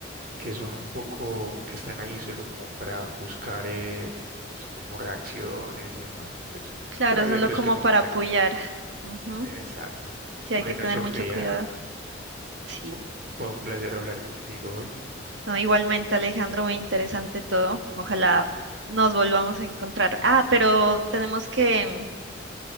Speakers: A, on the right; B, on the right.
A: que son un poco, que están ahí solo como para buscar eh, pues como reacciones y demás, pues,
B: Claro,
A: pero hay
B: solo
A: otros
B: como
A: que son
B: para
A: buenos,
B: apoyar. Ujú.
A: exacto.
B: Sí,
A: Bueno,
B: hay que tener
A: Sofía,
B: mucho cuidado. Sí.
A: fu- fue un placer hablar contigo hoy.
B: No, igualmente, Alejandro, muy interesante todo. Ojalá nos volvamos a encontrar. Ah, pero tenemos que,